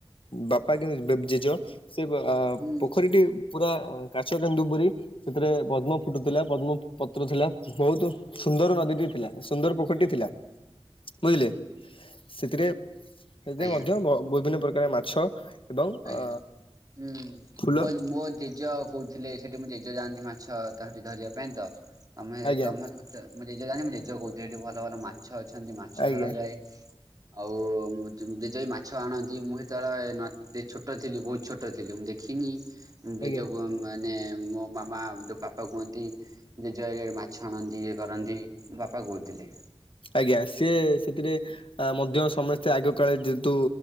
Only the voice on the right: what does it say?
ହୁଁ
ଆଜ୍ଞା
ଆଜ୍ଞା
ହୁଁ
ମ ମୋ ଜେଜ କହୁଥିଲେ ସେଠି ମୋ ଜେଜେ ଯାଆନ୍ତି ମାଛ ତ ହେଠି ଧରିବା ପାଇଁ ତମେ
ତମେ <unintelligible> ତ ମୋ ଜେଜ ଜାଆନ୍ତି ମ ଜେଜ କହୁଥିଲି ଭଲ ଭଲ ମାଛ ଅଛନ୍ତି ମାଛ
ଧରାଯାଏ। ଆଉ ମୋ ଜଜେ ମାଛ ଆଣନ୍ତି ମୁଁ ସେତେବେଳେ ନ ଯେ ଛୋଟ ଥିଲି ବହୁତ ଛୋଟ ଥିଲି ମୁଁ ଦେଖିନି ଜେଜ
କୁ ମାନେ ମୋ ମାମ ମା ପାପା କୁହନ୍ତି ଜେଜ ମାଛ ଆଣନ୍ତି ଇଏ କରନ୍ତି ମୋ ବାପା କହୁଥିଲେ।